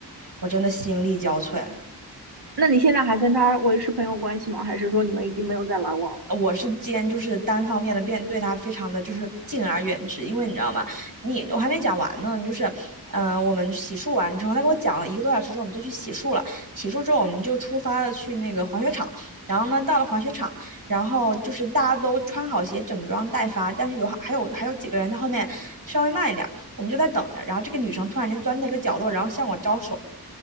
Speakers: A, on the right; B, on the right.
A: 我真的心力交瘁。
B: 那你现在还跟他维持朋友关系吗？还是说你们已经没有再来往了？
A: 我是兼就是单方面的变对他非常的就是敬而远之，因为你知道吗？你我还没讲完呢，就是呃，我们洗漱完之后，他跟我讲了一个多小时之后，我们就去洗漱了。洗漱之后，我们就出发了去那个滑雪场。然后呢，到了滑雪场，然后就是大家都穿好鞋，整装待发，但是有还有还有几个人在后面稍微慢一点，我们就在等着。然后这个女生突然间钻到一个角落，然后向我招手，